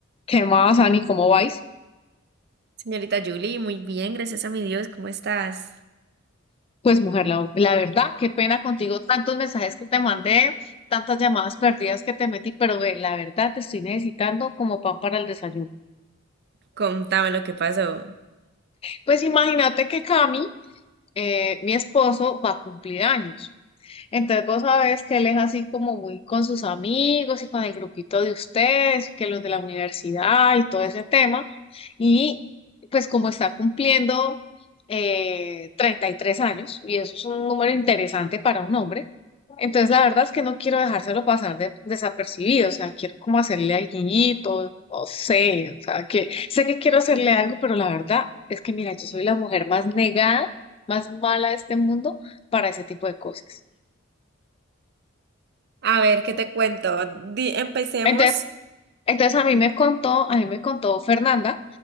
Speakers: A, on the left (about 30°); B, on the right (about 55°).
A: ¿Qué más, Ani? ¿Cómo vais?
B: Señorita Julie, muy bien, gracias a mi Dios, ¿cómo estás?
A: Pues mujer, la, la verdad, qué pena contigo, tantos mensajes que te mandé, tantas llamadas perdidas que te metí, pero ve, la verdad te estoy necesitando como pan para el desayuno.
B: Contame lo que pasó.
A: Pues imagínate que Cami, eh, mi esposo, va a cumplir años. Entonces vos sabés que él es así como muy con sus amigos y con el grupito de ustedes, que los de la universidad y todo ese tema. Y pues como está cumpliendo eh, 33 años, y eso es un número interesante para un hombre, entonces la verdad es que no quiero dejárselo pasar de- desapercibido, o sea, quiero como hacerle al guiñito, no sé, o sea, que sé que quiero hacerle algo, pero la verdad es que mira, yo soy la mujer más negada, más mala de este mundo para ese tipo de cosas.
B: A ver, ¿qué te cuento? Di- empecemos.
A: Entonces, Entonces a mí me contó, a mí me contó Fernanda